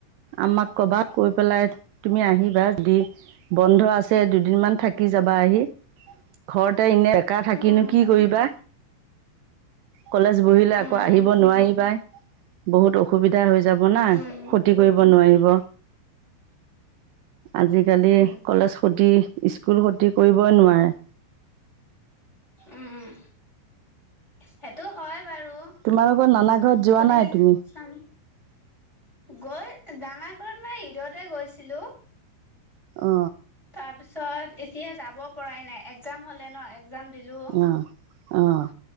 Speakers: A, on the right; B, in the centre.
A: আমাক কবাত কৈ পেলাই তুমি আহিবা য দি বন্ধ আছে দুদিন মান থাকি যাবা আহি ঘৰত এই এনে এককা থাকিনো
B: উম
A: কি কৰিবা। কলেজ বহিলে
B: উম
A: আকৌ আহিব নোৱাৰি পাই বহুত অসুবিধা দিগদাৰ হৈ যাব না
B: উম
A: ক্ষতি কৰিব নোৱাৰিব। আজিকালি
B: উম,
A: কলেজ খতি স্কুল খতি কৰিবই নোৱাৰে।
B: উম, সেইটো হয় বাৰু
A: তোমালোকৰ
B: সুধি
A: নানা ঘৰত যোৱা নাই তুমি
B: চাম। গৈ দানা ঘৰত মই ঈদতে গৈছিলো।
A: অ,
B: তাৰ পিছত এতিয়া যাব পৰাই নাই এক্জাম হলে ন একগ্জাম দিলো।
A: অ অ অ